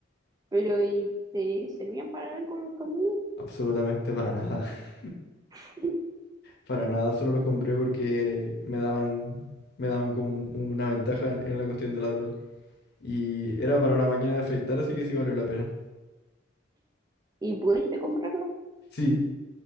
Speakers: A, on the right (about 20°); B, on the left (about 60°).
A: pero, ¿y te servían para algo los tornillos?
B: Absolutamente para nada. <laughs>
A: <laughs>
B: Para nada, solo lo compré porque me daban, me daban como un- una ventaja en, en la cuestión del árbol. Y era para una máquina de afeitar, así que sí valió la pena.
A: ¿Y pudiste comprarlo?
B: Sí,